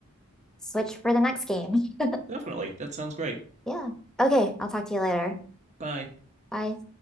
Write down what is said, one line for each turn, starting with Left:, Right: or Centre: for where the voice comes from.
Centre: switch for the next game. <laughs>
Right: Definitely. That sounds great.
Centre: Yeah. Okay, I'll talk to you later.
Right: Bye.
Centre: Bye.